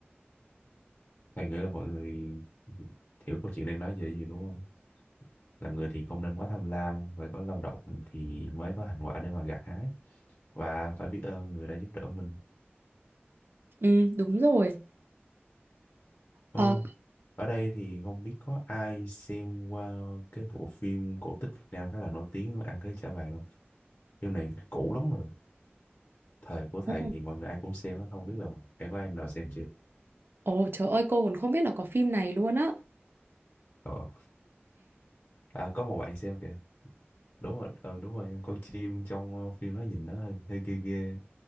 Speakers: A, on the left; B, on the right.
A: thầy nghĩ là mọi người hiểu câu chuyện đang nói về gì đúng không làm người thì không nên quá tham lam phải có lao động thì mới có thành quả để mà gặt hái và phải biết ơn người đã giúp đỡ mình
B: Ừ, đúng rồi.
A: Ồ,
B: Ờ,
A: ở đây thì không biết có ai xem qua cái bộ phim cổ tích Việt Nam khá là nổi tiếng Ăn Cái Chả Vàng không phim này cũ lắm rồi thời của thầy
B: ừ.
A: thì mọi người ai cũng xem á, không biết là em có em nào xem chưa
B: Ồ trời ơi cô còn không biết là có phim này luôn á.
A: Ờ. à có một bạn xem kìa đúng rồi ờ, đúng rồi em coi chim trong ờ, phim nó nhìn nó hơi hơi ghê ghê